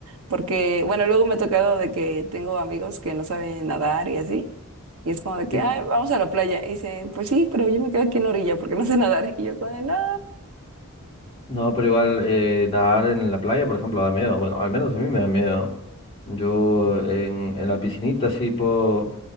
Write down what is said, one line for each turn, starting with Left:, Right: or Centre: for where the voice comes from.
Right: Porque, bueno, luego me ha tocado de que tengo amigos que no saben nadar y así. Y es como de que,
Left: ¿Y,
Right: ay, vamos a la playa. Y dicen, pues sí, pero yo me quedo aquí en la orilla porque no sé nadar. Y yo como de, no.
Left: No, pero igual eh, nadar en la playa, por ejemplo, da miedo. Bueno, al menos a mí me da miedo. Yo en, en la piscinita sí puedo